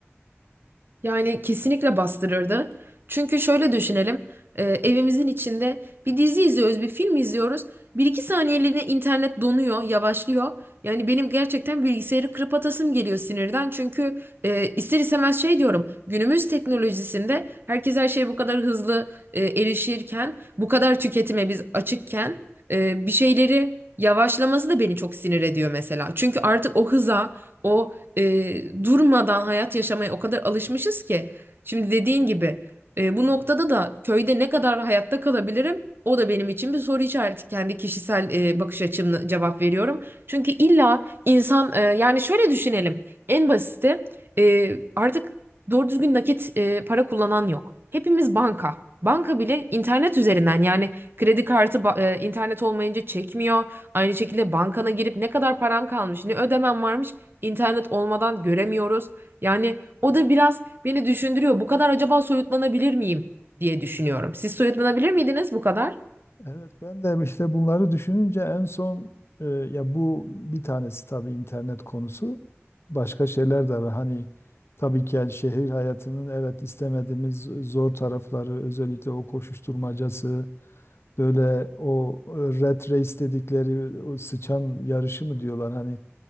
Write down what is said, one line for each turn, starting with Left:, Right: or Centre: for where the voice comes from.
Right: Yani kesinlikle bastırırdı. Çünkü şöyle düşünelim, e, evimizin içinde bir dizi izliyoruz, bir film izliyoruz. Bir iki saniyeliğine internet donuyor, yavaşlıyor. Yani benim gerçekten bilgisayarı kırıp atasım geliyor sinirden. Çünkü e, ister istemez şey diyorum, günümüz teknolojisinde herkes her şeye bu kadar hızlı e, erişirken, bu kadar tüketime biz açıkken e, bir şeyleri yavaşlaması da beni çok sinir ediyor mesela. Çünkü artık o hıza, o e, durmadan hayat yaşamaya o kadar alışmışız ki. Şimdi dediğin gibi e, bu noktada da köyde ne kadar hayatta kalabilirim? O da benim için bir soru işareti. Kendi kişisel e, bakış açımla cevap veriyorum. Çünkü illa insan e, yani şöyle düşünelim. En basiti e, artık doğru düzgün nakit e, para kullanan yok. Hepimiz banka. Banka bile internet üzerinden yani kredi kartı ba- e, internet olmayınca çekmiyor. Aynı şekilde bankana girip ne kadar param kalmış, ne ödemem varmış İnternet olmadan göremiyoruz. Yani o da biraz beni düşündürüyor. Bu kadar acaba soyutlanabilir miyim diye düşünüyorum. Siz soyutlanabilir miydiniz bu kadar?
Left: Evet ben de işte bunları düşününce en son e, ya bu bir tanesi tabii internet konusu. Başka şeyler de var. Hani tabii ki yani şehir hayatının evet istemediğimiz zor tarafları özellikle o koşuşturmacası Böyle o e, rat race dedikleri o sıçan yarışı mı diyorlar hani